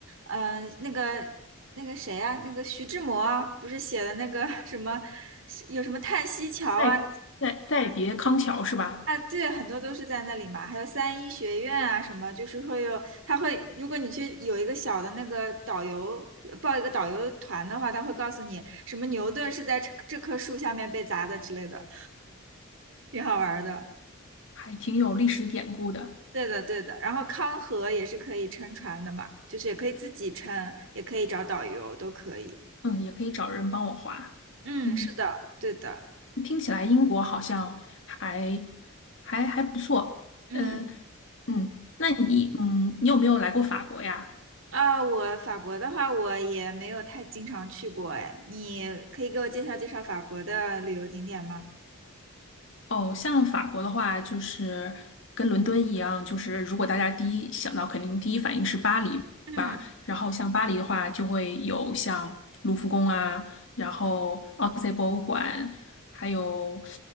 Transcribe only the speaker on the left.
再再再别康桥是吧？
还挺有历史典故的。
嗯，也可以找人帮我划。
嗯，
听起来英国好像还还还不错。
呃，嗯，那你嗯，你有没有来过法国呀？
哦，像法国的话，就是跟伦敦一样，就是如果大家第一想到，肯定第一反应是巴黎。
然后像巴黎的话，就会有像卢浮宫啊，然后奥赛博物馆，还有